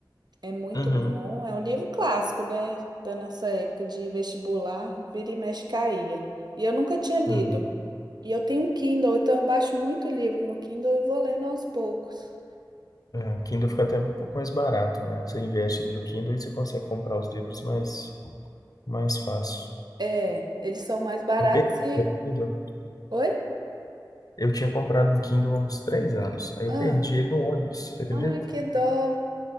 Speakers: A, on the right (about 60°); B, on the left (about 50°).
A: É muito
B: Uhum,
A: bom, é um livro clássico, né, da nossa época de vestibular, vira e mexe caía. E eu nunca tinha lido.
B: uhum.
A: E eu tenho um Kindle, então eu baixo muito livro no Kindle e vou lendo aos poucos.
B: É, o Kindle fica até um pouco mais barato, né? Você investe ali no Kindle e você consegue comprar os livros mais, mais fácil.
A: É, eles são mais baratos
B: Eu perdi
A: e...
B: o Kindle.
A: Oi?
B: Eu tinha comprado um Kindle há uns três anos. Aí eu
A: Ah,
B: perdi ele no ônibus, você acredita?
A: ah, que dó.